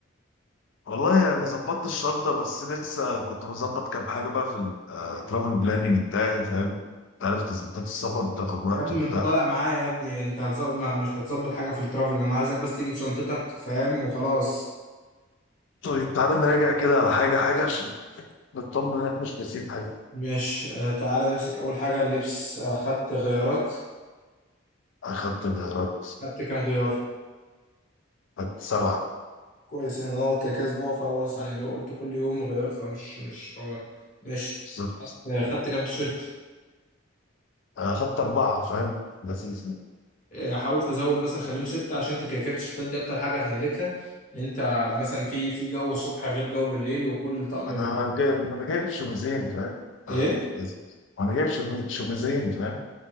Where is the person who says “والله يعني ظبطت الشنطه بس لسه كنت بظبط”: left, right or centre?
Left